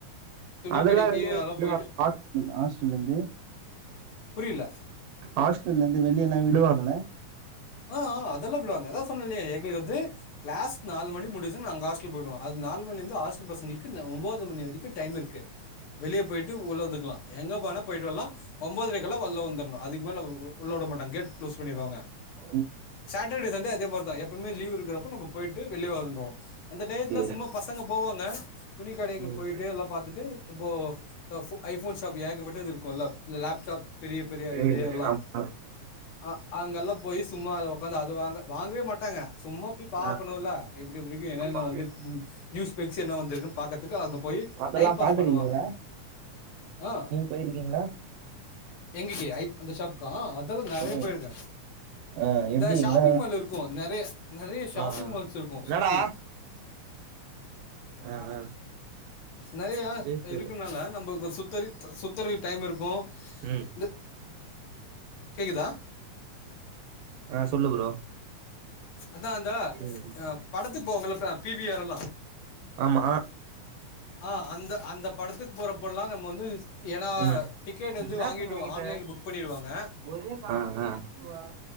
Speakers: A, on the left (about 75°); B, on the right (about 85°).
A: துணி
B: அதெல்லா
A: கடைக்கு
B: வெளிய <unintelligible>
A: அதெல்லா
B: நீங்க
A: போயிட்டு
B: ஹாஸ்ட்டலந்து
A: புரியல
B: ஹாஸ்டலந்து வெளியெல்லா விடுவாங்கள
A: ஆ ஆ அதெல்லா விடுவாங்க அதா சொன்ன இல்லையா எங்களுக்கு வந்து கிளாஸ் நாலு மணி முடிச்சி நாங் காஸ் டல் போய்டுவோ அது நாலு மணிலந்து ஹாஸ்டல் பசங்களுக்கு ஒம்போது மணி வரிக்கு டைம் இருக்கு வெளிய போயிட்டு உள்ள வந்துக்கலா எங்க போனனா போயிட்டு வர்லா ஒம்போதரைக்கெல்லா ஒள்ள வந்தர்னு அதுக்கு மேல உ உள்ள வுட மாட்டங் கேட் க்ளோஸ் பண்ணிருவாங்க
B: ம்
A: சாட்டர்டே சண்டே அதே மாரி தா எப்பவுமே லீவ் இருக்கறப்ப நம்ம போய்ட்டு வெளிய வந்துருவோ அந்த டயத்துல
B: ஓகே
A: சும்மா பசங்க போவாங்க துணி கடைக்கு
B: ம்
A: போய்ட்டு எல்லா பாத்துட்டு இப்போ த ஃபு ஐ ஃபோன் ஷாப் ஏகப்பட்டது இருக்குல்ல லே லேப்டாப் பெரிய பெரிய இது
B: ம்
A: எல்லா
B: ஆமா
A: அ அங்கெல்லா போய் சும்மா அத ஒக்காந்து அது வாங்க வாங்வே மாட்டாங்க சும்மா பி பாக்கனுல்ல
B: ஆ
A: எப்டி எப்டிருக்கு என்னென்ன
B: ஆமா
A: வந்திருக்கும் நியூ ஸ்பெக்ஸ் என்ன வந்திருக்கு பாக்கறதுக்கு அங்க போய்
B: அதெல்லா
A: டைம் பாஸ்
B: பாத்துருக்கீங்களா
A: பண்ணுவாங்க ஆ
B: நீங்க போயிருக்கீங்களா
A: எங்க ஜி ஐ அந்த ஷாப்கா ஆ அதெல்லா நெறைய
B: ம்
A: போய்ருக்கே
B: ஆ
A: இந்த
B: எப்டி
A: ஷாப்பிங்
B: என்ன
A: மால் இருக்கு நெறைய நெறைய ஷாப்பிங்
B: ஆ ஆ
A: மால்ஸ் இருக்கு
B: என்னடா
A: சுத்தி
B: ஆ ஆ
A: நெறையா
B: பேசுறது
A: இருக்கனால நம்ப கோ சுத்தறி சுத்தறி டைம் இருக்கு
B: ம்
A: இந்த கேக்குதா
B: ஆ சொல்லு ப்ரோ
A: அதா அந்த
B: ம்
A: அ படத்துக் போவாங்கல்ல ப பி வி ஆர் எல்லா
B: ஆமா
A: ஆ அந்த அந்த படத்துக்கு போறப்பல்லா நம்ம வந்து ஏனா
B: ம்
A: டிக்கெட் வந்து
B: என்னா
A: வாங்கிட்டோ
B: சொன்னே என்கிட்ட
A: ஆன்லைன்ல புக் பண்ணிருவாங்க
B: ஒரே கால் ஆ ஆ